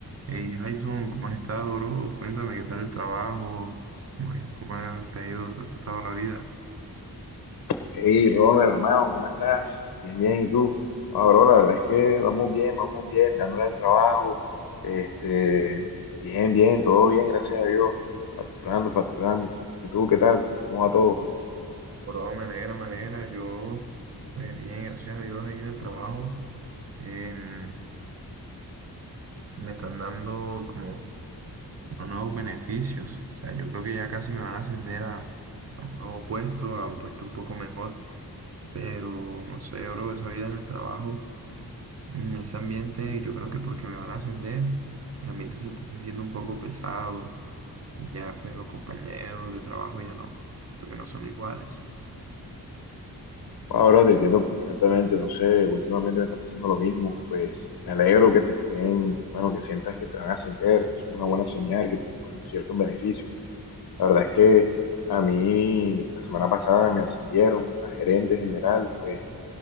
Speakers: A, on the right; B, on the left.
A: Hey Jason, ¿cómo has estado, bro? Cuéntame qué tal el trabajo, cómo, ha- cómo ha- te ha ido, te ha tratado la vida.
B: Hey, Ronald, hermano, ¿cómo estás? Bien, bien, ¿y tú? Ah, bro, la verdad es que vamos bien, vamos bien, dándole al trabajo, este, bien, bien, todo bien, gracias a Dios, facturando, facturando. ¿Y tú qué tal? ¿Cómo va todo?
A: Bro, me alegra, me alegra. Yo, pues bien, gracias a Dios, ahí en el trabajo em, me están dando como unos nuevos beneficios. O sea, yo creo que ya casi me van a ascender a, a un nuevo puesto, a un puesto un poco mejor. Pero no sé, bro, esa vida en el trabajo, mm, ese ambiente, yo creo que porque me van a ascender, el ambiente se está sintiendo un poco pesado Y ya pues los compañeros de trabajo ya no, siento que no son iguales.
B: Ah, bro, te entiendo perfectamente, no sé, últimamente me está pasando lo mismo, pues me alegro que te estén, bueno, que sientas que te van a ascender, eso es una buena señal, que te den, bueno, ciertos beneficios. La verdad es que a mí la semana pasada me ascendieron a gerente general, pues